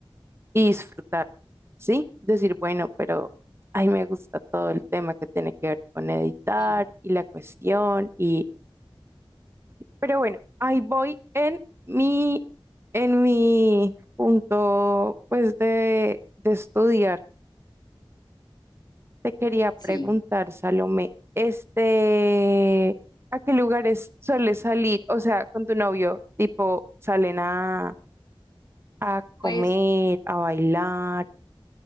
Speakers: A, on the right; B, on the left.
A: y disfrutar, ¿sí? Decir, bueno, pero ay, me gusta todo el tema que tiene que ver con editar
B: sí,
A: y la cuestión y Pero bueno, ahí voy en mi, en mi punto, pues, de, de estudiar. Te quería preguntar,
B: sí.
A: Salomé, este, ¿a qué lugares sueles salir? O sea, con tu novio, tipo, salen a, a comer,
B: Pues
A: a bailar.